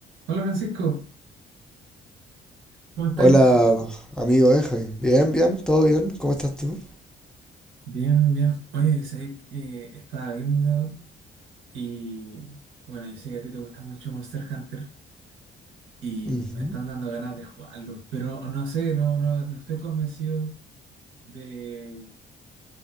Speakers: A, on the right (about 85°); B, in the centre.
A: Hola Francisco, ¿cómo estáis?
B: Hola, amigo Benjamín. Bien, bien, todo bien. ¿Cómo estás tú?
A: Bien, bien. Oye, sé que estaba viendo y bueno, yo sé que a ti te gusta mucho Monster Hunter y
B: Ujú.
A: me están dando ganas de jugarlo, pero no sé, no, no, no estoy convencido de,